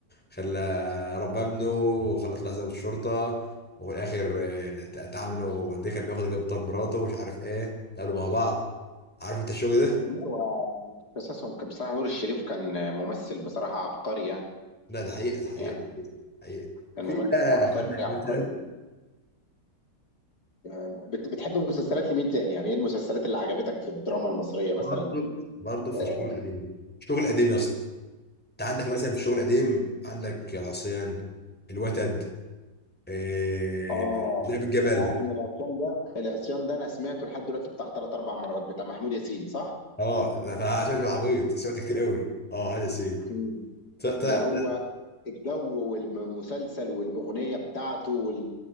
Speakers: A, in the centre; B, on the left.
A: خلى ربى ابنه وخلى طلع ضابط شرطة وفي الاخر آه، اتعاملوا دي كان بياخد جاب طار مراته ومش عارف ايه اتقابلوا مع بعض عارف انت الشغل ده؟
B: لا، هو قصصهم كان بصراحه نور الشريف كان ممثل بصراحه عبقري يعني
A: لا ده حقيقة ده حقيقة
B: يعني
A: ده حقيقة حقيقة
B: كان
A: في
B: ممثل
A: بقى
B: عبقري
A: عندك
B: عبقري
A: مثلا
B: آه، بت- بتحب مسلسلات لمين تاني يعني ايه المسلسلات اللي عجبتك في الدراما المصريه مثلا
A: برضه برضه في
B: آه،
A: الشغل القديم الشغل القديم يا اسطى انت عندك مثلا في الشغل القديم عندك العصيان الوتد آه،
B: اه
A: لعب الجبل
B: تعرف ان العصيان ده العصيان ده انا سمعته لحد دلوقتي بتاع ثلاث اربع مرات بتاع محمود ياسين صح؟
A: اه لا ده عشان تبقى عبيط سمعت كتير قوي اه هذا سي
B: مم.
A: ت- ت-
B: ده هو الجو والمسلسل والاغنيه بتاعته وال...